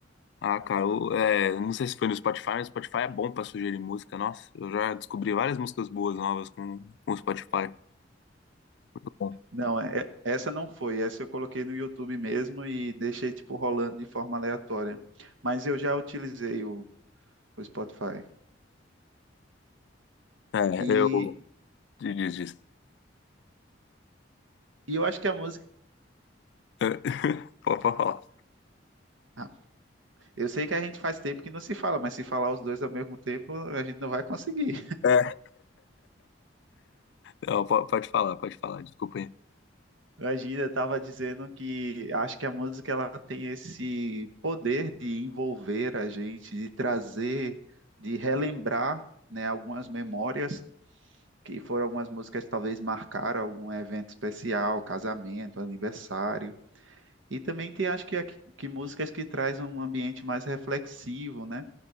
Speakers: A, on the left; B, on the right.
A: Ah, cara, eu, é, não sei se foi no Spotify, mas o Spotify é bom pra sugerir música. Nossa, eu já descobri várias músicas boas novas com, com o Spotify. Então,
B: Não, é, é, essa não foi. Essa eu coloquei no YouTube mesmo e deixei, tipo, rolando de forma aleatória. Mas eu já utilizei o, o Spotify.
A: É,
B: E,
A: eu. Diz, diz.
B: e eu acho que a música.
A: <laughs> Pode pode falar.
B: Ah, eu sei que a gente faz tempo que não se fala, mas se falar os dois ao mesmo tempo, a gente não vai conseguir.
A: É, Não, po- pode falar, pode falar, desculpa aí.
B: Imagina, estava dizendo que acho que a música ela tem esse poder de envolver a gente, de trazer, de relembrar, né, algumas memórias que foram algumas músicas que talvez marcaram algum evento especial, casamento, aniversário. E também tem acho que, a- que músicas que trazem um ambiente mais reflexivo, né?